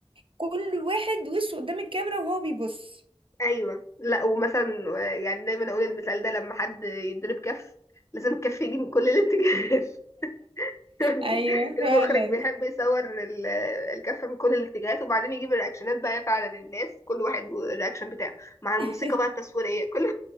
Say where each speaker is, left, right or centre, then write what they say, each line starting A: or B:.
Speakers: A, on the right; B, on the left.
A: كل واحد وشه قدام الكاميرا وهو بيبص
B: ايوه لا ومثلا آه، يعني دايما اقول المثال ده لما حد يضرب كف لازم الكف يجي من كل الاتجاهات <laughs>
A: ايوه فعلا
B: المخرج بيحب يصور ال- الكف من كل الاتجاهات وبعدين يجيب الرياكشنات بقى فعلا الناس كل واحد والرياكشن بتاعه مع
A: <laughs>
B: الموسيقى بقى التصويرية كل